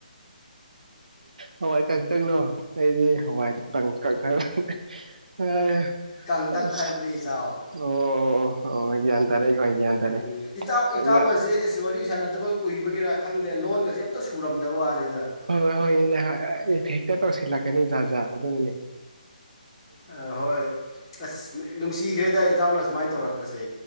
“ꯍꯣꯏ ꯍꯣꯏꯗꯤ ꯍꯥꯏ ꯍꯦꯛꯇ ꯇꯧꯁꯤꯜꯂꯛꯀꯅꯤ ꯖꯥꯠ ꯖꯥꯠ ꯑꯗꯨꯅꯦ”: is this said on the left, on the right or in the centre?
Right